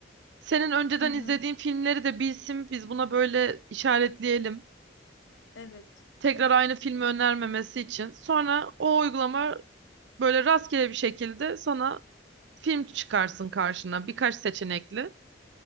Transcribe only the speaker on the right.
Senin önceden
izlediğin filmleri de bilsin. Biz buna böyle işaretleyelim.
Tekrar
aynı filmi önermemesi için. Sonra o uygulama böyle rastgele bir şekilde sana film çıkarsın karşına. Birkaç seçenekli.